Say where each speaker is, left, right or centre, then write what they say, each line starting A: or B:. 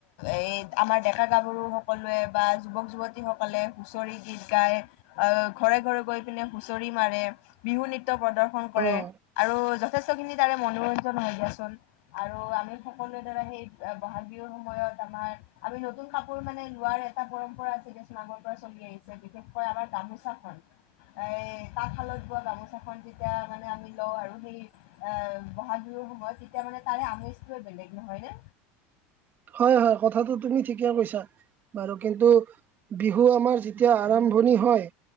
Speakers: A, on the left (about 70°); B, on the right (about 30°).
A: এই আমাৰ ডেকা গাভৰু সকলোৱে বা যুৱক যুৱতীসকলে হুঁচৰি গীত গায় আ ঘৰে ঘৰে গৈ পিনে হুঁচৰি মাৰে বিহু নৃত্য প্ৰদৰ্শন কৰে
B: অ
A: আৰু যথেষ্টখিনি তাৰে মনোৰঞ্জন হয় দিয়াচোন আৰু আমি সকলোৱে ধৰা সেই বহাগ বিহুৰ সময়ত আমাৰ আমি নতুন কাপোৰ মানে লোৱাৰে এটা পৰম্পৰা আছে দিয়াচোন আগৰে পৰা চলি আহিছে বিশেষকৈ আমাৰ গামোচাখন এই তাঁতশালত বোৱা গামোচাখন যেতিয়া মানে আমি লওঁ আৰু সেই আ বহাগ বিহুৰ সময়ত তেতিয়া মানে তাৰে আমেজটোয়ে বেলেগ নহয় নে
B: হয় হয় কথাটো তুমি ঠিকে কৈছা বাৰু কিন্তু বিহু আমাৰ যেতিয়া আৰম্ভণি হয়